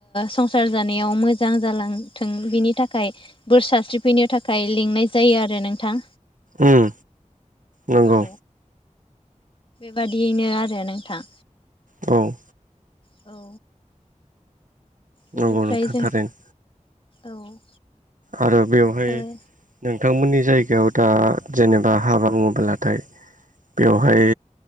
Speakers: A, on the left; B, on the right.
A: संसार जानायाव मोजां जालांथों बिनि थाखाय बोर सस्रि फैनो थाखाय लिंनाय जायो आरो नों नोंथां
B: उम नंगौ
A: औ बादियैनो आरो नोंथां
B: औ
A: औ बेनिफ्राय
B: नंगौ नोंथां
A: जों
B: थारैनो
A: औ
B: आरो बेवहाय
A: ओ
B: नोंथांमोननि जायगायाव दा जेनेबा हाबा बुङोबलाथाय बेवहाय